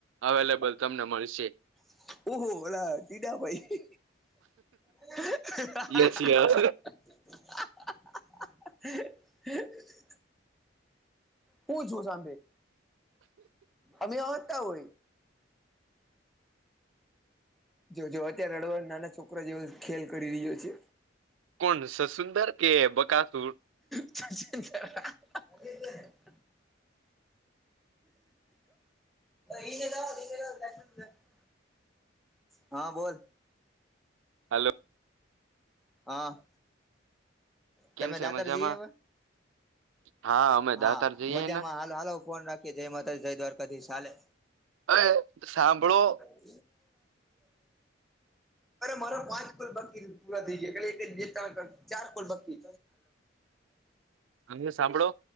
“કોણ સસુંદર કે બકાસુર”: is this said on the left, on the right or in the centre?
Right